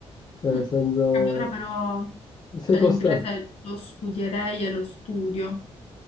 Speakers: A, on the left; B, on the left.
A: cioè
B: Mm.
A: nel senso
B: Allora però,
A: sei
B: cioè
A: costretto.
B: l'inglese lo studierei e lo studio.